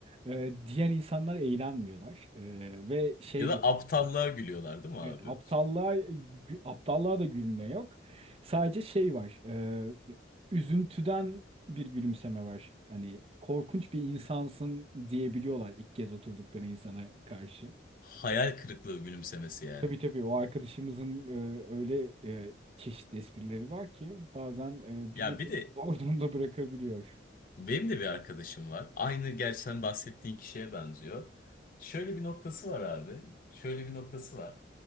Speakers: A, on the right; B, on the left.
A: e, diğer insanlar eğlenmiyorlar. E, ve şey
B: Ya da
A: diyor.
B: aptallığa gülüyorlar değil mi
A: Evet,
B: abi?
A: aptallığa gü- aptallığa da gülme yok. Sadece şey var. e, üzüntüden bir gülümseme var. Hani korkunç bir insansın diyebiliyorlar ilk kez oturdukları insana karşı.
B: Hayal kırıklığı gülümsemesi yani.
A: Tabii tabii o arkadaşımızın e, öyle e, çeşitli esprileri var ki bazen e, bizi
B: Ya bir
A: de
B: de
A: <laughs> zor durumda bırakabiliyor.
B: Benim de bir arkadaşım var. Aynı gerçi sen bahsettiğin kişiye benziyor. Şöyle bir noktası var abi. Şöyle bir noktası var.